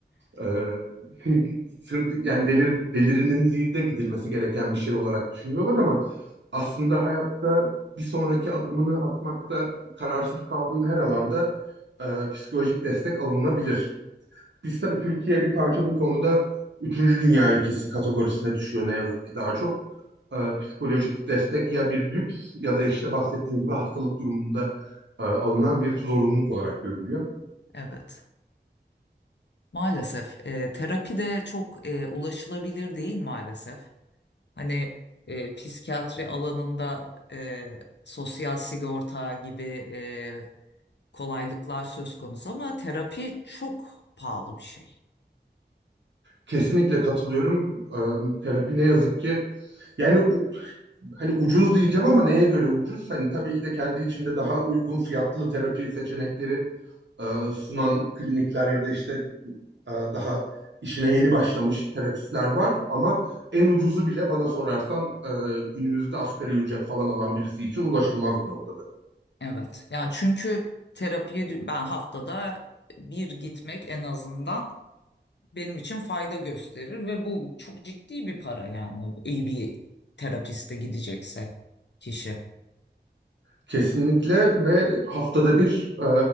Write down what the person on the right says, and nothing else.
Ee, <laughs> yani delir, delirinliğe gidilmesi gereken bir şey olarak düşünüyorlar ama aslında hayatta bir sonraki adımını atmakta kararsız kaldığın her alanda e, psikolojik destek alınabilir. Biz tabii Türkiye bir parça bu konuda üçüncü dünya ülkesi kategorisine düşüyor ne yazık ki daha çok. E, psikolojik destek ya bir lüks ya da işte bahsettiğim gibi hastalık durumunda e, alınan bir zorunluluk olarak görünüyor.
Kesinlikle katılıyorum. Eee, Terapi ne yazık ki yani u- hani ucuz diyeceğim ama neye göre ucuz? Hani tabii ki de kendi içinde daha uygun fiyatlı terapi seçenekleri e, sunan klinikler ya da işte e, daha işine yeni başlamış terapistler var ama en ucuzu bile bana sorarsan e, günümüzde asgari ücret falan alan birisi için ulaşılmaz bir noktada.
Kesinlikle ve haftada bir e,